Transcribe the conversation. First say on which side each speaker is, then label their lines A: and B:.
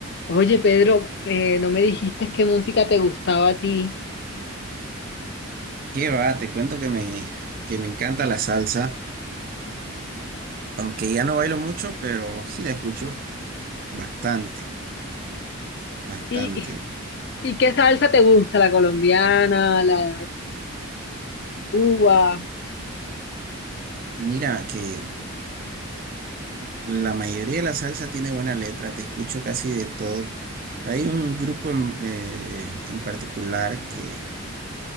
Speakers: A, on the left; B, on the right.
A: Oye, Pedro, eh, no me dijiste qué música te gustaba a ti.
B: Qué va, te cuento que me, que me encanta la salsa, aunque ya no bailo mucho, pero sí la escucho bastante, bastante.
A: ¿Y, y qué salsa te gusta? ¿La colombiana, la de Cuba?
B: Mira que la mayoría de la salsa tiene buena letra, te escucho casi de todo. Hay un grupo en, eh, en particular que